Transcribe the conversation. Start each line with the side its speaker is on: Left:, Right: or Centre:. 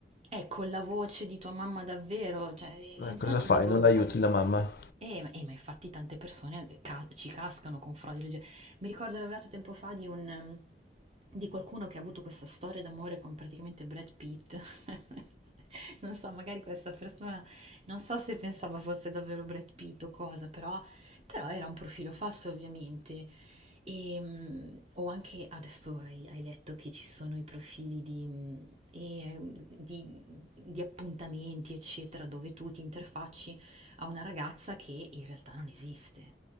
Right: Eh, con la voce di tua mamma davvero, cioè, ehm,
Left: Eh,
Right: infatti
Left: cosa fai?
Right: dico
Left: Non aiuti
Right: a
Left: la mamma?
Right: eh, ma eh, ma infatti tante persone ca ci cascano con frodi legge Mi ricordo ho lavorato tempo fa di un ehm, di qualcuno che ha avuto questa storia d'amore con praticamente Brad Pitt. <laughs> Non so, magari questa persona, non so se pensava fosse davvero Brad Pitt o cosa, però però era un profilo falso ovviamente. Ehm, o anche adesso hai hai letto che ci sono i profili di mhmm, ehm, di di appuntamenti eccetera, dove tu ti interfacci a una ragazza che in realtà non esiste.